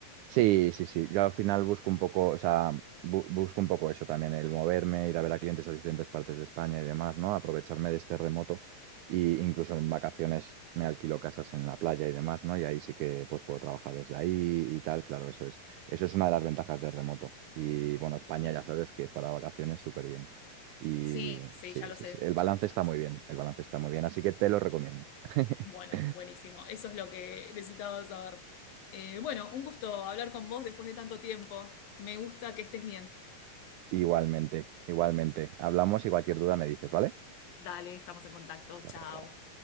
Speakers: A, on the right; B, on the left.
A: Sí, sí, sí. Yo al final busco un poco, o sea, bu- busco un poco eso también, el moverme, ir a ver a clientes a diferentes partes de España y demás, ¿no? Aprovecharme de este remoto y incluso en vacaciones me alquilo casas en la playa y demás, ¿no? Y ahí sí que pues puedo trabajar desde ahí y tal, claro, eso es. Eso es una de las ventajas de remoto. Y bueno, España
B: y-
A: ya sabes que para vacaciones súper bien. Y
B: sí, sí,
A: sí,
B: ya lo
A: sí,
B: sé,
A: sí. El balance
B: ya, ya
A: está
B: lo
A: muy
B: sé.
A: bien, el balance está muy bien, así que te lo recomiendo. <laughs>
B: Bueno, buenísimo, eso es lo que necesitaba saber. Eh, bueno, un gusto hablar con vos después de tanto tiempo. Me gusta que estés bien.
A: Igualmente, igualmente. Hablamos y cualquier duda me dices, ¿vale?
B: Dale, estamos en contacto,
A: Hasta
B: chao.
A: luego.